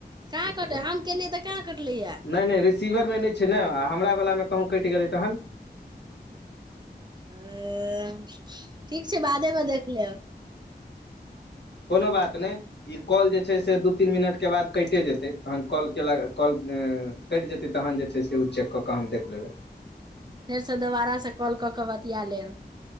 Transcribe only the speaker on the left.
नहि नहि रिसीभरमे नहि छै ने हमरा बलामे कहुँ कटि गेलै तहन
कोनो बात नहि ई कॉल जे छै से दू तीन मिनटके बाद कटि जेतै तहन कॉल केलक कॉल कटि जेतै तहन उ जे छै से उ चेक कऽ हम देख लेबै